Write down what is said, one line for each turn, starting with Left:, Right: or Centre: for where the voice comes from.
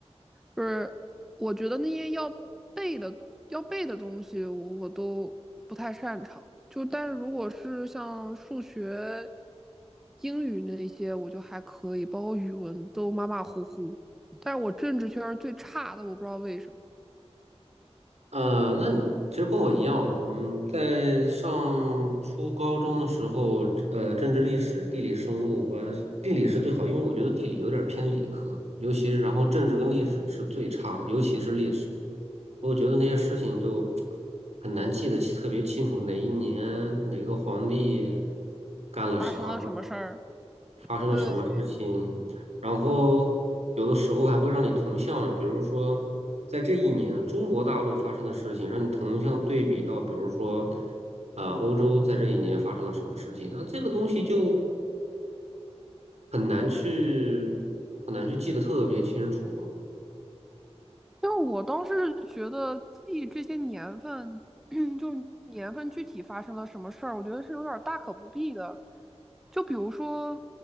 Centre: 就是我觉得那些要背的、要背的东西我，我都不太擅长。就但是如果是像数学、英语那些，我就还可以，包括语文都马马虎虎。但是我政治圈儿最差的，我不知道为什么
Right: 嗯呃，那你其实跟我一样，我们在上初高中的时候，呃，政治、历史、地理、生物，我地理是最好，因为我觉得地理有点儿偏理科，尤其然后政治跟历史是最差的，尤其是历史，我觉得那些事情就很难记得特别清楚，哪一年哪个皇帝干了啥，
Centre: 发生了什么事儿。
Right: 发生了什么事情，
Centre: 对，
Right: 然后有的时候还会让你同向，比如说在这一年中国大陆发生的事情，让你同向对比到，比如说呃欧洲在这一年发生了什么事情，那这个东西就很难去很难去记得特别清楚啊。
Centre: 因为我当时是觉得记这些年份，<clears throat> 就是年份具体发生了什么事儿，我觉得是有点儿大可不必的。就比如说